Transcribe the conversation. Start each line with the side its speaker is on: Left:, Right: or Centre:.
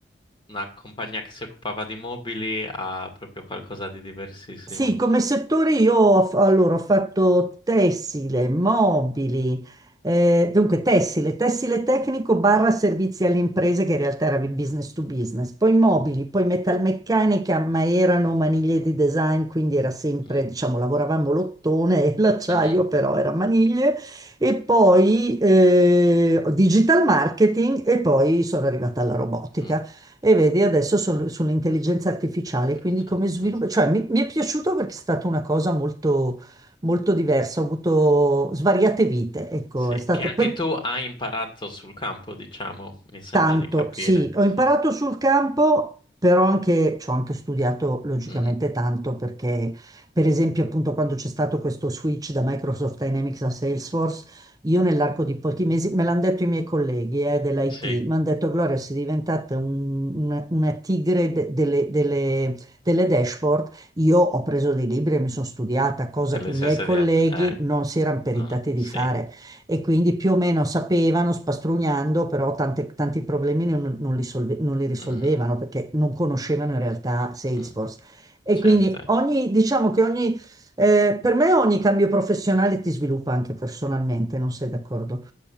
Left: una compagnia che si occupava di mobili a proprio qualcosa di diversissimo.
Right: Sì, come settore io ho, f- allora, ho fatto tessile, mobili, eh, dunque tessile, tessile tecnico barra servizi alle imprese che in realtà era business to business, poi mobili,
Left: Mhm,
Right: poi metalmeccanica, ma erano maniglie di design, quindi era sempre,
Left: mm,
Right: diciamo, lavoravamo l'ottone e l'acciaio
Left: mm,
Right: però era maniglie, e poi eh, digital marketing e poi sono arrivata alla robotica.
Left: mm.
Right: E vedi, adesso sono sull'intelligenza artificiale,
Left: Deficienza.
Right: quindi come sviluppo, cioè mi, mi è piaciuto perché è stata una cosa molto, molto diversa, ho avuto svariate vite, ecco,
Left: Sì,
Right: è stato,
Left: che anche
Right: poi
Left: tu hai imparato sul campo, diciamo, mi sembra
Right: Tanto,
Left: di capire.
Right: sì, ho
Left: Sì,
Right: imparato sul campo, però anche, ci ho anche studiato logicamente
Left: Mm,
Right: tanto perché, per esempio, appunto quando c'è stato questo switch da Microsoft Dynamics a Salesforce, io nell'arco di pochi mesi, me l'hanno detto i miei colleghi eh, dell'IT,
Left: sì,
Right: mi hanno detto Gloria, sei diventata un- una, una tigre de- delle, delle- delle dashboard. Io ho preso dei libri e mi sono studiata, cosa
Left: per
Right: che
Left: le
Right: i
Left: stesse
Right: miei colleghi
Left: diete. Eh,
Right: non si erano peritati
Left: no, no, sì.
Right: di fare e quindi più o meno sapevano, spastrugnando, però tante- tanti problemi non, non li solve- non li risolvevano
Left: Mhm.
Right: perché non conoscevano in realtà Salesforce.
Left: Mm,
Right: E
Left: Certo,
Right: quindi ogni, diciamo che ogni, eh, per me ogni cambio professionale ti sviluppa anche personalmente, non sei d'accordo?